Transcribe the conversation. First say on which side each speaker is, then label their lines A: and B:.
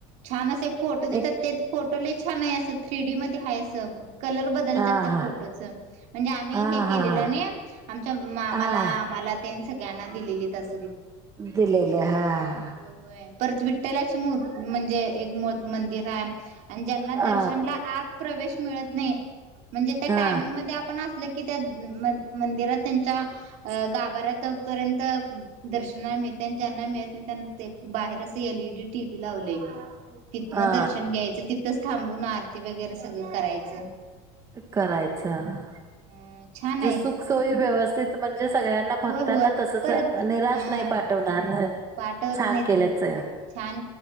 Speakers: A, on the right; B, on the right.
A: छान अस फोटो देतात.
B: एक
A: ते फोटोला छान आहे अस- थ्रीडी मध्ये आहे. असं कलर बदलतात
B: हा
A: त्या
B: हा
A: फोटोच, म्हणजे आम्ही
B: हा
A: हे केलेलं
B: हा हा
A: न- आमच्या मामाला
B: हा
A: आम्हाला ते सगळ्यांना दिलेली अस-
B: दिलेल. हा ह.
A: होय होय परत विठ्ठलाची मू म्हणजे एक मंदिर आहे. आणि ज्यांना
B: हा
A: दर्शनला आत प्रवेश मिळत नाही म्हणजे त्या
B: हा
A: टायमिंगमध्येआपण- क त्या मंदिरात त्यांच्या गाभाऱ्यापर्यन्त दर्शना- ज्यांना मिळत नाही त्यांना बाहेरच एल ई डी टीव्ही लावले. तिथनं
B: हा
A: दर्शन घ्यायचं. तिथंच थांबून आरती वगैरे सगळं करायचं.
B: करायचं हा.
A: हं छान-
B: जे
A: आहे
B: सुख सोयी व्यवस्थित म्हणजे सगळ्यांना भक्तांना
A: होय होय
B: तसच
A: परत
B: निराश
A: हा
B: नाही पाठवणार.
A: वाटत
B: छान
A: नाही
B: केल्याच
A: ो छान